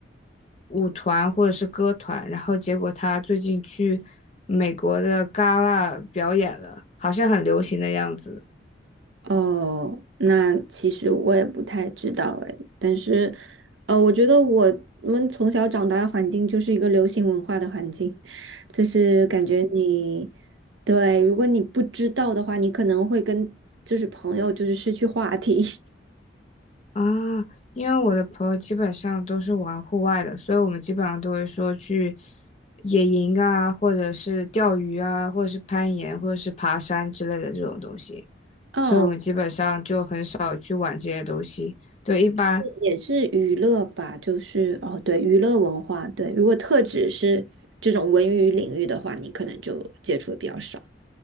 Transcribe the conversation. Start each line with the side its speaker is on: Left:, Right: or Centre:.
Left: 舞团或者是歌团，然后结果他最近去美国的戛纳表演了，好像很流行的样子。
Right: 哦，那其实我也不太知道哎，但是，呃，我觉得我们从小长大的环境就是一个流行文化的环境，就是感觉你，对，如果你不知道的话，你可能会跟就是朋友就是失去话题。
Left: 啊，因为我的朋友基本上都是玩户外的，所以我们基本上都会说去野营啊，或者是钓鱼啊，或者是攀岩，或者是爬山之类的这种东西，
Right: <laughs> 哦，
Left: 所以我们基本上就很少去玩这些东西。对，一般，
Right: 也是娱乐吧，就是哦，对，娱乐文化，对，如果特指是这种文娱领域的话，你可能就接触的比较少。